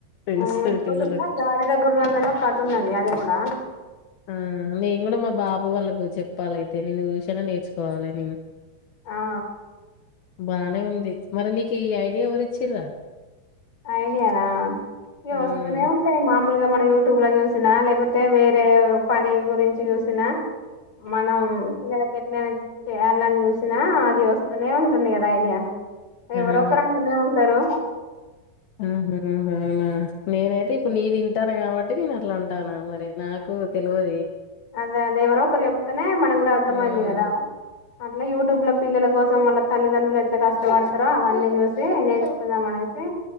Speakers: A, on the left; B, on the left.
A: తెలుస్తది
B: ఆ కొడుక
A: పిల్లలకు
B: గాడిద కొడుక్ తది వందలు కతున్నది అది కూడా
A: ఆ నేను కూడా మా బాబు వాళ్ళకు చెప్పాలైతే నిన్న చూసన్న నేర్చుకోవాలే నేను
B: ఆ ఆ
A: బానే ఉంది. మరి నీకీ ఐడియా ఎవరిచ్చిర్రా
B: ఐడియాన ఈ
A: ఉమ్
B: వస్తుూనే ఉంటాయి మామ్ ములుగా మన యూట్యూబ్లో చూసినా లేకపోతే వేరే పని గురించి చూసిన మనం పిల్లలకెట్లైనా చేయాలని చూసినా అది వస్తూనే ఉంటుంది కదా ఐడియా ఎవరొకరు
A: ఆహా
B: అంటునే ఉంటారు.
A: మ్ హు మ్ హు అవునా నేనైతే ఇప్పుడు నీదింటాను కాబట్ ట్టి. నేను అట్లాంటాన మరి నాకు తెలవది.
B: అదే అదేవరొకరు చెప్తేనే మనం కూడా అర్ధమయిద్ది
A: ఉమ్
B: కదా అట్లా యూట్యూబ్లో పిల్లల కోసం వాళ్ళ తల్లిదండ్రులు ఎట్ల కష్టపడతారో అవన్నీ చూసి నేర్చుకుందామనేసి